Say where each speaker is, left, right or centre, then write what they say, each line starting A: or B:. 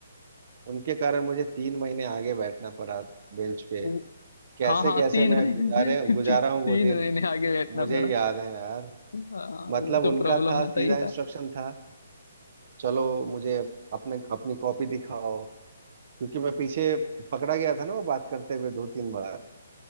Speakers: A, on the right; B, on the left.
A: उनके कारण मुझे तीन महीने आगे बैठना पड़ा बेंच पे
B: वो-
A: कैसे
B: हाँ हाँ
A: कैसे
B: तीन
A: मैं
B: महीने
A: गुजारे गुजारा
B: <laughs> ती,
A: हूँ वो
B: तीन
A: दिन
B: महीने आगे बैठना
A: मुझे
B: पड़ा
A: याद है यार
B: हाँ,
A: मतलब
B: वो तो
A: उनका
B: प्रॉब्लम
A: था
B: होता
A: सीधा
B: ही
A: इंस्ट्रक्शन था चलो मुझे अपने अपनी कॉपी दिखाओ क्योंकि मैं पीछे पकड़ा गया था ना वो बात करते हुए दो तीन बार